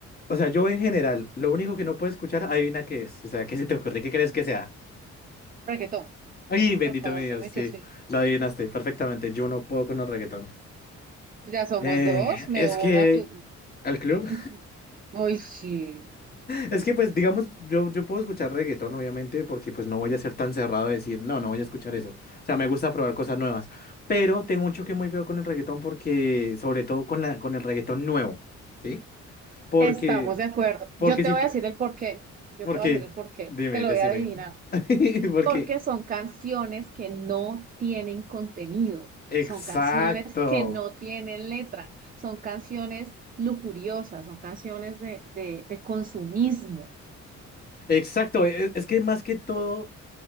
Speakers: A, on the left (about 30°); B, on the right (about 30°).
A: o sea, yo en general, lo único que no puedo escuchar, adivina qué es. O sea, ¿qué se te ocurre? ¿Qué crees que sea?
B: Reggaetón,
A: Ay, bendito
B: por favor,
A: mi Dios,
B: dime
A: sí,
B: que sí.
A: lo adivinaste perfectamente. Yo no puedo con el reggaetón.
B: Ya somos
A: Eh,
B: dos, me
A: es
B: uno
A: que
B: a tu...
A: al club
B: Ujú. Ay, sí,
A: Es que pues digamos, yo, yo puedo escuchar reggaetón obviamente porque pues no voy a ser tan cerrado de decir, no, no voy a escuchar eso. O sea, me gusta probar cosas nuevas, pero tengo un choque muy feo con el reggaetón porque, sobre todo con la, con el reggaetón nuevo, ¿sí? Porque,
B: estamos de acuerdo.
A: porque
B: Yo te
A: si,
B: voy
A: tú-
B: a decir el porqué. Yo
A: porque,
B: te voy a decir el porqué.
A: dime,
B: Te lo
A: decime,
B: voy a adivinar.
A: <laughs> porque,
B: porque son canciones que no tienen contenido,
A: exacto,
B: son canciones que no tienen letra, son canciones lujuriosas, son canciones de, de, de consumismo.
A: exacto, e- e, es, que más que todo,